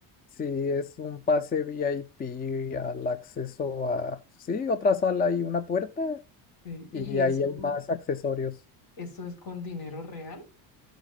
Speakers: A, on the left (about 20°); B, on the left (about 50°).
A: si es un pase VIP al acceso a, sí, otra sala y una puerta,
B: Sí,
A: y
B: y
A: ahí
B: eso.
A: hay más accesorios.
B: ¿Eso es con dinero real?